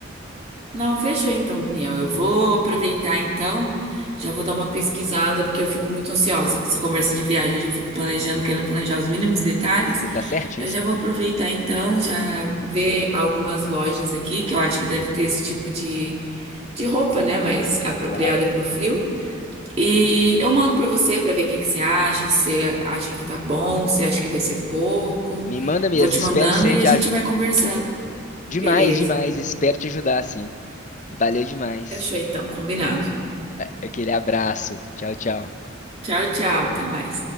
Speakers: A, on the right (about 30°); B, on the left (about 35°).
A: Não, fechou então, Daniel. Eu vou aproveitar então, já vou dar uma pesquisada, porque eu fico muito ansiosa com essa conversa de viagem. Eu já fico planejando, querendo planejar os mínimos detalhes.
B: Você tá certíssima?
A: Eu já vou aproveitar então, já ver algumas lojas aqui, que eu acho que deve ter esse tipo de, de roupa, né? Mais apropriada
B: Claro.
A: para o frio. E eu mando para você para ver o que que você acha, se acha que tá bom, se acha que vai ser pouco.
B: Me manda mesmo,
A: Vou te
B: espero
A: mandando
B: ser
A: e
B: de
A: a gente
B: ajuda.
A: vai conversando.
B: Demais,
A: Beleza.
B: demais, espero te ajudar, sim. Valeu demais.
A: Fechou então, combinado.
B: A- Aquele abraço. Tchau, tchau.
A: Tchau, tchau. Até mais.